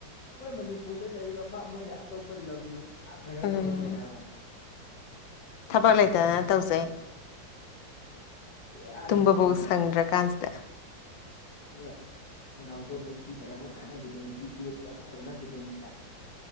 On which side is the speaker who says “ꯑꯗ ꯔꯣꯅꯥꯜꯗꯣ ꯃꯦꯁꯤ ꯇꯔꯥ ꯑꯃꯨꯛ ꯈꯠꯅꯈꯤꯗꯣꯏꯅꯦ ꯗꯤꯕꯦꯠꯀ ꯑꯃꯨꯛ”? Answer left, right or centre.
Left